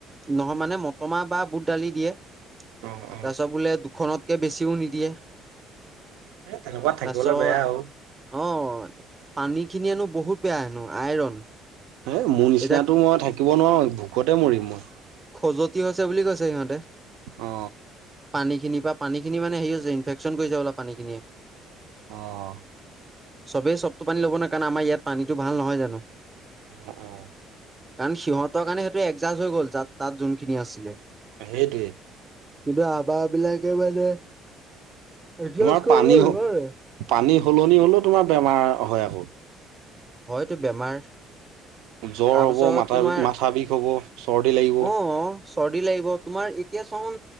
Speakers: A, on the right; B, on the right.
A: নহয় মানে মতৰ মাহ বা বুট দালি দিয়ে,
B: অ অ
A: তাৰপিছত বোলে দুখনতকে বেছিও নিদিয়ে।
B: এ তেনেকুৱা
A: তাৰপিছত
B: থাকিবলে বেয়া ঔ।
A: অ পানী খিনি হেনো বহুত বেয়া হেনো আইৰণ।
B: হ মোৰ নিচিনাতো
A: এতিয়া
B: মই থাকিব নোৱাৰো ভোকতে মৰিম মই।
A: খজুৱতি হৈছে বুলি কৈছে সিহঁতে।
B: অ।
A: পানী খিনি পা পানী খিনি মানে সেই হৈছে ইনফেকচন কৰিছে অলপ পানীখিয়ে।
B: অ',
A: চবেই চবটো পানী ল'ব নোৱাৰে কাৰণ আমাৰ ইয়াত পানীটো ভাল নহয় জানো।
B: অ', অ',
A: কাৰণ সিহঁতৰ কাৰণে সেইটো এডজাষ্ট হৈ গ'ল তাত-তাত যোনখিনি আছিলে।
B: সেইটোৱেই।
A: কিন্তু আভাৰ বিলাকে মানে এডজাষ্ট
B: তোমাৰ
A: কৰিব
B: পানী-পানী
A: নোৱাৰে
B: সলনি হলেও তোমাৰ বেমাৰ হয় আকৌ।
A: হয়তো বেমাৰ।
B: জ্বৰ
A: তাৰপাছত
B: হব মাথা-মাথা
A: তোমাৰ
B: বিষ হব চৰ্দি লাগিব।
A: অ', চৰ্দি লাগিব তোমাৰ এতিয়া চুন